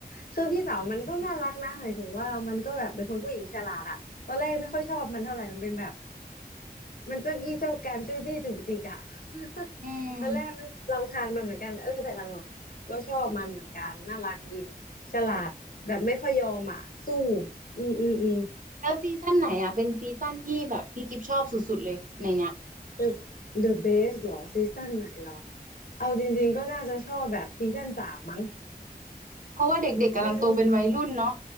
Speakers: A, on the left; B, on the right.
A: คือพี่สาวมันก็น่ารักนะหมายถึงว่ามันก็แบบเป็นคนผู้หญิงฉลาดอะตอนแรกไม่ค่อยชอบมันเท่าไหร่มันเป็นแบบมันเจ้ากี้เจ้าการจู้จี้จุกจิกอะ <laughs>
B: อืม
A: ตอนแรกรำคาญมันเหมือนกันเออแต่หลังๆก็ชอบมันเหมือนกันน่ารักดีฉลาดแบบไม่ค่อยยอมอะสู้อืมอืมอืม
B: แล้วซีซั่นไหนอ่ะเป็นซีซั่นที่แบบพี่กิฟชอบสุดๆเลยในเนี้ย
A: The The Best เหรอซีซั่นไหนเหรอเอาจริงๆก็น่าจะชอบแบบซีซั่นสามมั้ง
B: เพราะว่าเด็กๆกำลังโตเป็นวัยรุ่นเนาะ
A: อืม